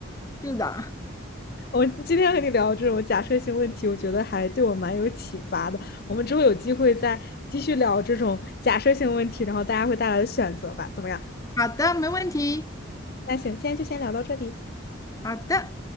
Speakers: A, on the left; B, on the left.
A: 是的，
B: 我今天和你聊这种假设性问题，我觉得还对我蛮有启发的。我们之后有机会再继续聊这种假设性问题，然后大家会带来的选择吧，怎么样？
A: 好的，没问题，
B: 那行，今天就先聊到这里。
A: 好的。